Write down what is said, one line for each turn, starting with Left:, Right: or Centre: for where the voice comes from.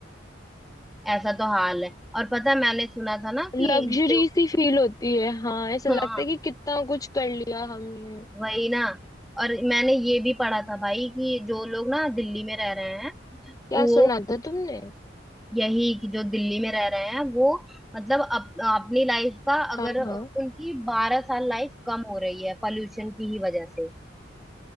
Centre: ऐसा तो हाल है और पता है मैंने सुना था ना कि
Left: लग्जरी
Centre: जो
Left: सी फील होती है हाँ ऐसा
Centre: हाँ
Left: लगता है कि कितना कुछ कर लिया हमने
Centre: वही ना और मैंने ये भी पढ़ा था भाई कि जो लोग ना दिल्ली में रह रहे हैं
Left: क्या
Centre: वो
Left: सुना था तुमने
Centre: यही कि जो दिल्ली में रह रहे हैं वो मतलब अप, अपनी लाइफ का अगर
Left: हाँ
Centre: उनकी
Left: हाँ
Centre: बारह साल लाइफ कम हो रही है पॉल्यूशन की ही वजह से